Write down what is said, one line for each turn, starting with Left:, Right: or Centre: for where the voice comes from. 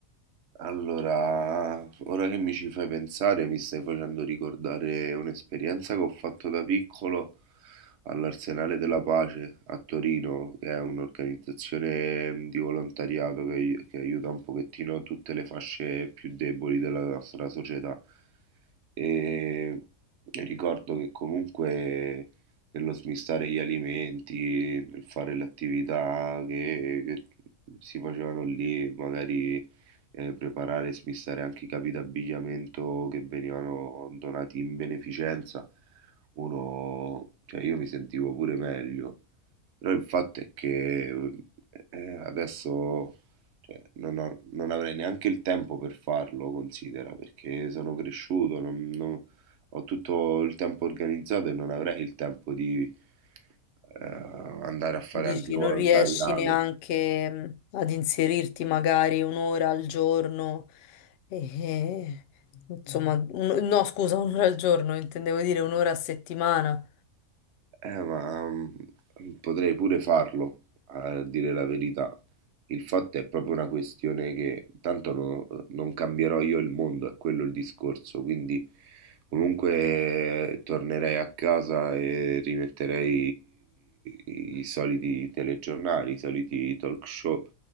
Right: Allora, ora che mi ci fai pensare, mi stai facendo ricordare un'esperienza che ho fatto da piccolo all'Arsenale della Pace a Torino, che è un'organizzazione di volontariato che, ai- che aiuta un pochettino tutte le fasce più deboli della nostra società. E ricordo che comunque nello smistare gli alimenti, nel fare le attività che che si facevano lì, magari eh, preparare e smistare anche i capi d'abbigliamento che venivano donati in beneficenza, uno, cioè io mi sentivo pure meglio, però il fatto è che eh, adesso cioè, non ho- non avrei neanche il tempo per farlo, considera, perché sono cresciuto, non- non- ho tutto il tempo organizzato e non avrei il tempo di eh, andare a fare
Left: Dici,
Right: anche volontariato.
Left: non riesci neanche mh, ad inserirti magari un'ora al giorno, e, insomma, un- no, scusa, <laughs> un'ora al giorno, intendevo dire un'ora a settimana.
Right: Eh, ma mm, potrei pure farlo, a dire la verità. Il fatto è proprio una questione che tanto no- non cambierò io il mondo, è quello il discorso, quindi comunque eh, tornerei a casa e rimetterei i, i soliti telegiornali, i soliti talk show,